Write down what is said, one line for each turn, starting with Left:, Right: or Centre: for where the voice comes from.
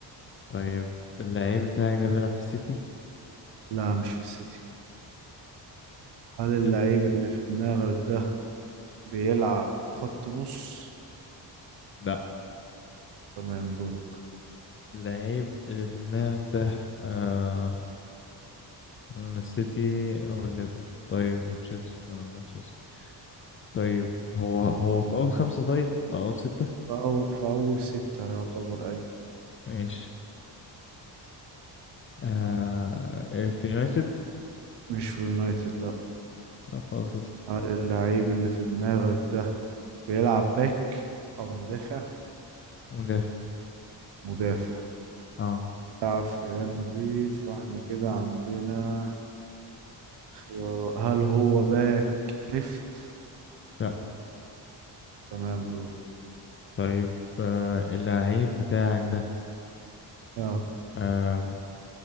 Left: طيب اللعيب بتاعك ده بيلعب في السيتي
Right: لا مش في السيتي هل اللعيب
Left: ال-
Right: اللي في دماغك ده بيلعب خط نص؟
Left: لا
Right: تمام دورك
Left: اللعيب اللي في دماغك ده آه قلنا السيتي او الليفر طيب وتشيلسي احنا قلنا تشيلسي طيب هو هو في اول خمسة طيب او اول ستة
Right: في أو... في أول ستة يعتبر أيوة
Left: ماشي آه في يونايتد
Right: مش في اليونايتد لا
Left: طب خلاص اسكت
Right: هل اللعيب اللي في دماغك ده بيلعب باك أو مدافع؟
Left: مدافع
Right: مدافع
Left: اه
Right: بيلعب في ريال مدريد فاحنا كده عندنا خيارات هل هو باك ليفت؟
Left: لا
Right: تمام دورك
Left: طيب آه اللعيب بتاعك ده
Right: اه
Left: آم،